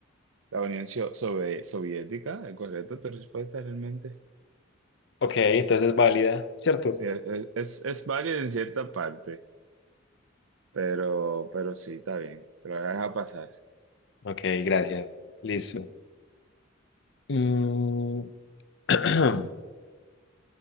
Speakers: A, on the right (about 75°); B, on the left (about 60°).
A: La Unión Sio- Sobe- Soviética, ¿es correcto tu respuesta realmente?
B: Ok, entonces es válida, ¿cierto?
A: Sí, es, es, es válida en cierta parte, pero, pero sí, está bien. Te lo voy a dejar pasar.
B: Ok, gracias. Listo. Mm, <clears throat>